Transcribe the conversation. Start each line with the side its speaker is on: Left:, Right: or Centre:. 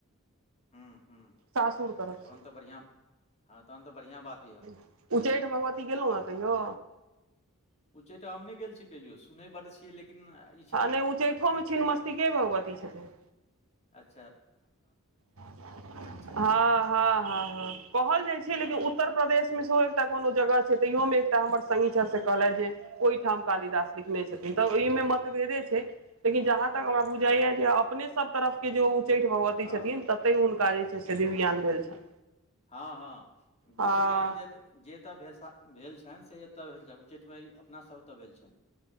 Left: हूँ हूँ
Right: <inaudible> सासूर तरफ
Left: तहन
Right: सं।
Left: तऽ बढ़िआँ हँ तहन तऽ बढ़िआँ बात यए
Right: <inaudible> उच्चैठ भगवती गेलौहें कहियो?
Left: उच्चैठ हम नै गेल छी कहियो, सुनै बड्ड छियै लेकिन ई
Right: आ नै उच्चैठोमे छिन्नमस्तिके भगवती छथिन।
Left: अच
Right: <inaudible> हं-हं-हं-हं
Left: देने छथिन
Right: कहल जाइ छै
Left: हँ
Right: लेकिन उत्तर प्रदेश मे सेहो एकटा कोनो जगह छै तहिओ मे एकटा हमर संगी छथि से कहलैथ जे ओइठाम कालिदास लिखने छथिन त ओहिमे मतभेदे छै। लेकिन जहाँ तक हमरा बुझाइया जे अपने सब तरफ के जे उ च्चैठ भगवती
Left: हँ
Right: छथिन ततहि हुनका जे छै से दिव्यज्ञान भेल छनि‌।
Left: हं-हं दिव्यज्ञान
Right: हँ
Left: जे त जे एत भेसा भेल छनि से एत भेल छनि। उच्चैठमे ई अपना सब ओत भेल छनि।